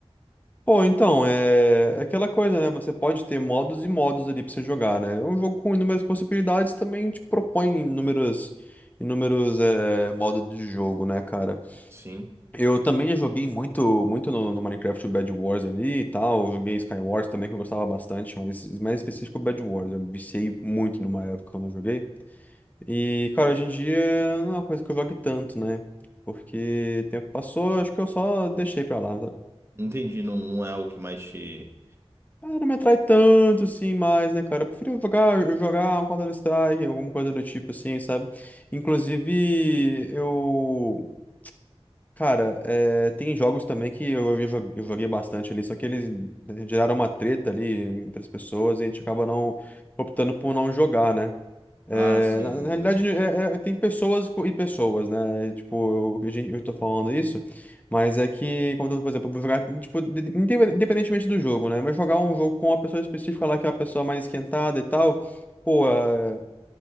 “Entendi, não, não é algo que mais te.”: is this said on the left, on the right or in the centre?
Right